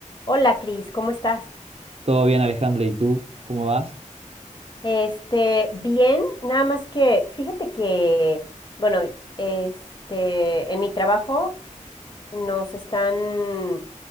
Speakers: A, on the left; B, on the right.
A: Hola, Cris, ¿cómo estás?
B: Todo bien, Alejandra, ¿y tú? ¿Cómo vas?
A: Este, bien, nada más que fíjate que, bueno, este, en mi trabajo nos están